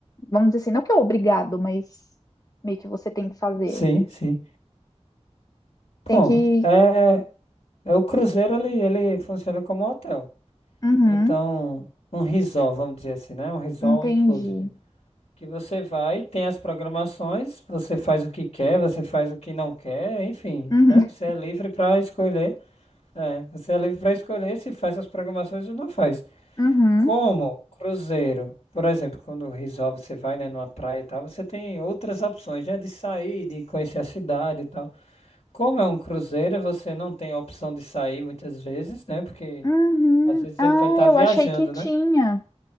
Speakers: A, on the left; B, on the left.
A: vamos dizer assim, não que é obrigado, mas meio que você tem que fazer.
B: Sim, sim.
A: Tem
B: Bom,
A: que.
B: é, é o cruzeiro, ele, ele funciona como um hotel.
A: Uhum,
B: Então, um resort, vamos dizer assim, né? Um resort
A: entendi.
B: inclusive. Que você vai, tem as programações, você faz o que quer, você faz o que não quer, enfim,
A: Uhum,
B: né? Você é livre para escolher. É, você é livre para escolher se faz as programações ou não faz.
A: uhum,
B: Como cruzeiro, por exemplo, quando o resort você vai, né, numa praia e tal, você tem outras opções, né, de sair, de conhecer a cidade e tal. Como é um cruzeiro, você não tem a opção de sair muitas vezes, né? Porque
A: uhum.
B: às vezes
A: Ah,
B: ele vai estar
A: eu
B: viajando,
A: achei que tinha.
B: né?